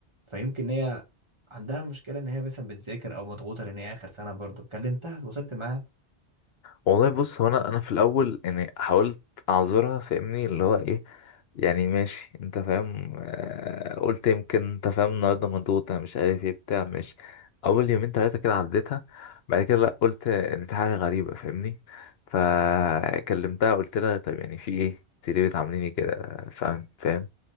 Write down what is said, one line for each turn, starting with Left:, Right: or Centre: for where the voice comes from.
Right: فيمكن هي عندها مشكلة ان هي مثلا بتذاكر او مضغوطة لان هي اخر سنة برضو كلمتها اتواصلت معاها
Left: والله بص هو انا انا في الاول يعني حاولت اعذرها فاهمني اللي هو ايه يعني ماشي انت فاهم آه، قلت يمكن انت فاهم النهارده مضغوطة مش عارف ايه بتاع ماشي اول يومين تلاتة كده عديتها بعد كده لا قلت ان في حاجة غريبة فاهمني فكلمتها قلت لها طيب يعني في ايه انت ليه بتعامليني كده فاهم فاهم